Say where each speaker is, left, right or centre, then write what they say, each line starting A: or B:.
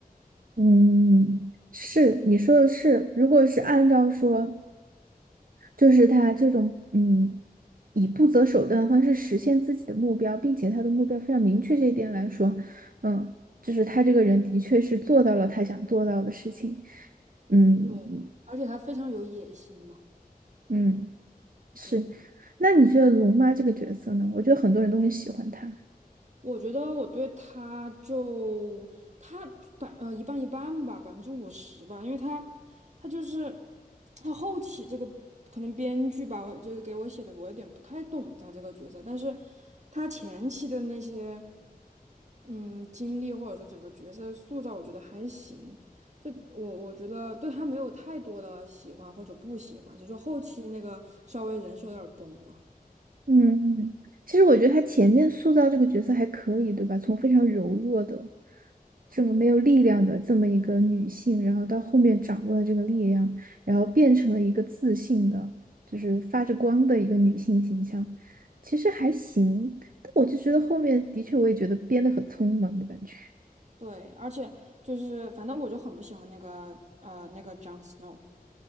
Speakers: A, on the right; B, on the right.
A: 嗯，是你说的是，如果是按照说，就是他这种嗯，以不择手段的方式实现自己的目标，并且他的目标非常明确这一点来说，嗯，就是他这个人的确是做到了他想做到的事情，嗯
B: 对，而且他非常有野心嘛，
A: 嗯，是。
B: 对。
A: 那你觉得龙妈这个角色呢？我觉得很多人都很喜欢她。
B: 我觉得我对他就他百呃一半一半吧，百分之五十吧，因为他他就是他后期这个可能编剧吧，我就是给我写的，我有点不太懂他这个角色，但是他前期的那些嗯经历或者说整个角色塑造，我觉得还行。就我我觉得对他没有太多的喜欢或者不喜欢，只是说后期那个稍微人设有点儿崩了。
A: 嗯嗯，其实我觉得他前面塑造这个角色还可以，对吧？从非常柔弱的、这个没有力量的这么一个女性，然后到后面掌握了这个力量，然后变成了一个自信的，就是发着光的一个女性形象，其实还行。但我就觉得后面的确，我也觉得编得很匆忙的感觉，
B: 对，而且就是反正我就很不喜欢那个呃那个 Jon Snow，